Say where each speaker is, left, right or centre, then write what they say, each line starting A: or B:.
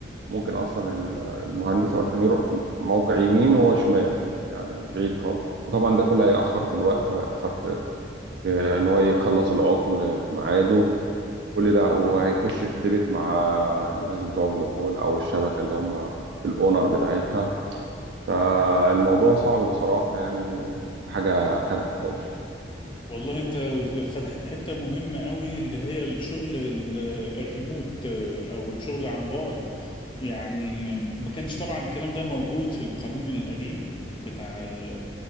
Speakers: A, on the right (about 65°); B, on the left (about 25°).
A: ممكن اصلا ال- المهندس او الفني يروح موقع يمين وهو شمال يعني بعيد خالص وطبعا ده كله هيأخر في الوقت وهيأخر في في ان هو يخلص العطل في ميعاده وكل ده وهيخش في ديبت مع الناس بتوع فودافون او الشبكة اللي هم الاونر بتاعتها فالموضوع صعب بصراحة يعني وحاجة خانقة خالص
B: والله انت فتحت حتة مهمة قوي اللي هي الشغل ال- الريموت آه، او الشغل عن بعد يعني ما كانش طبعا الكلام ده موجود في القانون القديم بتاع ال-